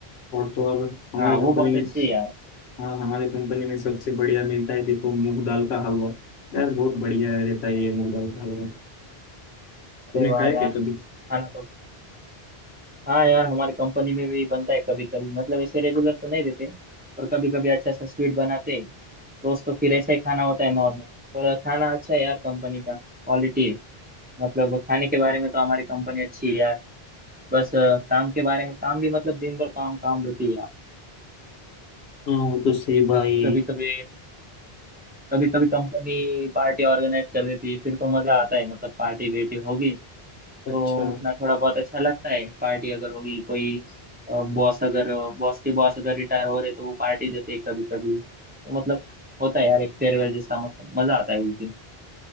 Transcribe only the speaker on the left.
और तो और हमारे
कंपनी
में
हाँ हमारे कंपनी में सबसे बढ़िया मिलता है देखो मूंग दाल का हलवा यार बहुत बढ़िया रहता है ये मूंग दाल का हलवा
तुमने
खाया
क्या कभी
हाँ वो तो सही भाई
अच्छा